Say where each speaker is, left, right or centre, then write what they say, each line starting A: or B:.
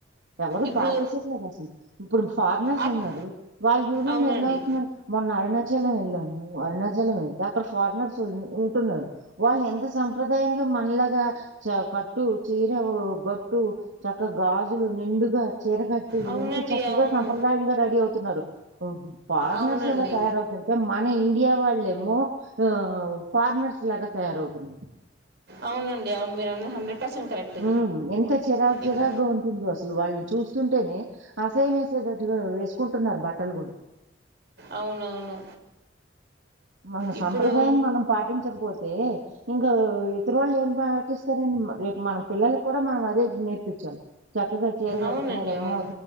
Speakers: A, on the right; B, on the right.
A: ఎవరు
B: ఇప్పుడు
A: పాటించట్లేదు అసలు ఇప్పుడు ఫారినర్స్
B: అప్-
A: ఉన్నారు వాళ్ళు చూడండి
B: అవునండి
A: ఎలా వస్తున్నారు మొన్న ఆడిన చలం వెళ్ళాము. అరుణాచలం వెళ్తే అక్కడ ఫారినర్స్ ఉంటున్నారు. వాళ్ళు ఎంత సంప్రదాయంగా మనలగా చ కట్టు చీర బొట్ ట్టు చక్క గాజులు నిండుగా చీర కట్టి
B: అవునండి
A: ఎంత చక్కగా
B: అవును
A: సంప్రదాయంగా రెడీ అవుతున్నారు ఫారినర్స్
B: అవునండి
A: అలా తయారవుతుంటే మన ఇం ఇండియా వాళ్ళేమో ఆ ఫారినర్స్ లాగా తయారవుతున్నారు
B: అవునండి అవును మీరన్నది హండ్రెడ్ పర్సెంట్ కరెక్ట్
A: మ్మ్ ఎంత చిరాక్ చిరాగ్గా
B: ఇప్
A: ఉంటుందో అసలు వాళ్ళని చూస్ స్తుంటేనే అసయం వేసేటట్టుగా వేసుకుంటున్నారు బట్టలు కూడా
B: అవునవును
A: మన
B: ఇప్పుడు
A: సంప్రదాయాన్ని మనం పాటించకపోతే ఇంకా ఇతరులు ఏం పాటిస్తారండి రేపు మన పిల్లలకు కూడా మనం అదే నేర్పిచాలి చక్కగా చీర కట్టుకోవాలమ్మా
B: అవునండి అవును